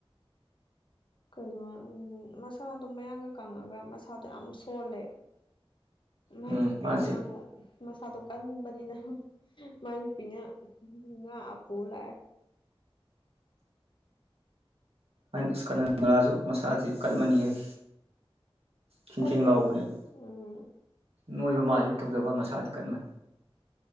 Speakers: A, on the left (about 55°); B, on the right (about 80°).
A: ꯀꯩꯅꯣ ꯎꯝ ꯃꯁꯥꯗꯣ ꯃꯌꯥꯡꯒ ꯀꯪꯉꯒ ꯃꯁꯥꯗꯣ ꯌꯥꯝ ꯁꯣꯜꯂꯦ ꯃꯥꯏ
B: ꯎꯝ
A: ꯅꯨꯨꯄꯤꯅ
B: ꯃꯥꯁꯦ
A: ꯑꯃꯨꯛ ꯃꯁꯥꯗꯣ ꯀꯟꯕꯅꯤꯅ ꯃꯥꯏ ꯅꯨꯄꯤꯅ ꯉꯥꯛꯑ ꯄꯨꯂꯥꯛꯑꯦ
B: ꯑꯩꯅ ꯑꯁ ꯀꯟꯅꯟꯕꯂꯥꯁꯨ ꯃꯁꯥꯗꯤ ꯀꯟꯃꯅꯤꯍ‌ꯦ ꯈ‌ꯦꯡꯈ‌ꯦꯡ
A: ꯀꯜꯂꯦ
B: ꯂꯥꯎꯕꯅꯦꯕ
A: ꯃꯣꯏ ꯎꯝ
B: ꯅꯣꯏꯕ ꯃꯥꯜꯂꯦꯅ ꯇꯧꯖꯕ ꯋꯥꯅꯤꯅ ꯃꯁꯥꯗꯤ ꯀꯟꯕꯅꯤ